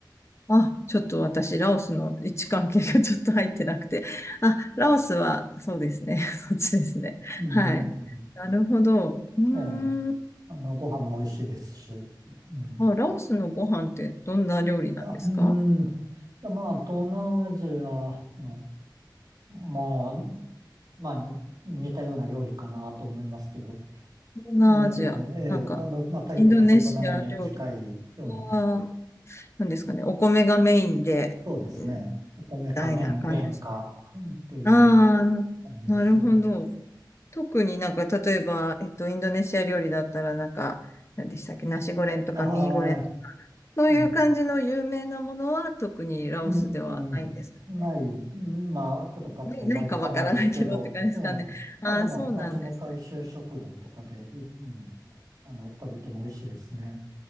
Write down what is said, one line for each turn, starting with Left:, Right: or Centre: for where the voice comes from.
Left: あ、ちょっと私、ラオスの位置関係がちょっと入ってなくて。あ、ラオスは、そうですね。<laughs> そっちですね。
Right: うん、
Left: はい。
Right: うん
Left: なるほど。うーん。
Right: ええあの、ご飯も美味しいですし。うん、い
Left: あ、ラオスのご飯ってどんな料理なんですか
Right: や、うーん、いやまあ東南アジアの、まあ、まあに似たような料理かなと思いますけど、
Left: 東南アジア。
Right: ええ、ええ、
Left: なんか、
Right: あの、まあ、タイとかベトナムに近いような、
Left: インドネシア料理は、なんですかね、お米がメインで、
Right: そうですね。
Left: うん
Right: お米か麺、
Left: みたいな感じです。
Right: 麺かうんっていう
Left: ああ、
Right: 感じですが。
Left: なるほど。特になんか、例えば、えっと、インドネシア料理だったら、なんか、何でしたっけ、ナシゴレンとかミーゴレンとか、
Right: は
Left: そういう感じの有名なものは、
Right: い。うん。
Left: 特にラオスではないんですかね。
Right: うん。ない。うんまあ、ちょっとパッと思いつかないですけど、
Left: ないないかわからないけどって感じですかね。
Right: ええ。
Left: ああ、
Right: まあでも、
Left: そうなんですね。
Right: 町の大衆食堂とかで、いうん、あの、食べても美味しいですね。